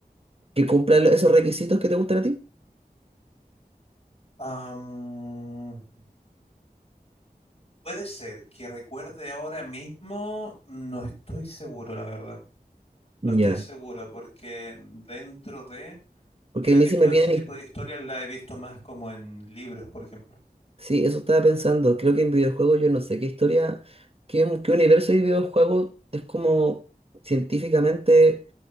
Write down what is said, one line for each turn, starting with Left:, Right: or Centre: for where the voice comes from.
Right: que cumpla lo- esos requisitos que te gustan a ti?
Left: Am, puede ser que recuerde ahora mismo, no estoy seguro, la verdad. No
Right: Ya.
Left: estoy seguro porque dentro de,
Right: Porque
Left: creo
Right: a mí
Left: que
Right: se
Left: todo
Right: me vienen
Left: ese tipo de historias la he visto más como en libros, por ejemplo.
Right: Sí, eso estaba pensando. Creo que en videojuegos yo no sé qué historia, qué, qué universo de videojuegos es como científicamente